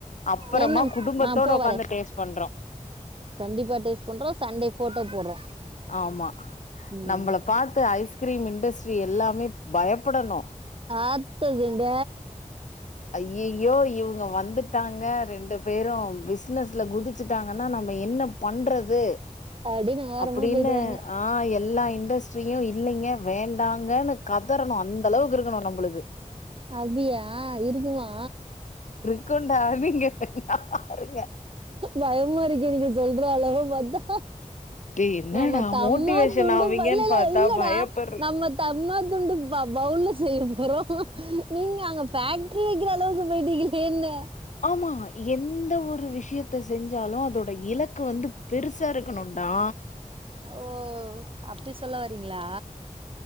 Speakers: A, on the left (about 60°); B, on the right (about 40°).
A: அப்புறமா
B: என்ன
A: குடும்பத்தோட
B: ஆ போ
A: ஒக்காந்து
B: வரே
A: டேஸ்ட் பண்றோ
B: கண்டிப்பா டேஸ்ட் பண்றோ சண்டே ஃபோட்டோ போட்றோ
A: ஆமா
B: ம்
A: நம்பள பாத்து ஐஸ்கிரீம் இண்டஸ்ட்ரி எல்லாமே பயப்படணு
B: ஆத்ததுண்ட
A: ஐயையோ இவங்க வந்துட்டாங்க ரெண்டு பேரு பிஸ்னஸ்ல குதிச்சிட்டாங்கன்னா நம்ம என்ன பண்றது
B: அப்டின்னு ஓரமா
A: அப்டின்னு
B: போயிட்டு வாங்க
A: ஆ எ எல்லா இண்டஸ்ட்ரியு இல்லைங்க வேண்டாங்கன்னு கதறணு அந்த அளவுக்கு இருக்கணு நம்மலுது
B: அப்பியா இருக்குமா
A: ருக்குண்டா நீங்கவேன்னா பாருங்க
B: பயமா இருக்கே நீங்க சொல்ற அழக பாத்தா
A: டேய் என்னடா
B: நம்ம தம்மா
A: மோட்டிவேஷன்
B: துண்டு
A: ஆவீங்கன்னு
B: இல்ல இல்ல
A: பாத்தா
B: இல்லடா
A: பயப்படுறே
B: நம்ம தம்மா துண்டு பவ் பவுல்ல செய்ய போறோ நீங்க அங்க ஃபேக்டரி வெக்கிற அளவுக்கு போயிட்டிகளேன்ன
A: ஆமா எந்த ஒரு விஷயத் த செஞ்சாலு அதோட இலக்கு வந்து பெருசா இருக்கணும்டா
B: ஓ அப்டி சொல்ல வரீங்களா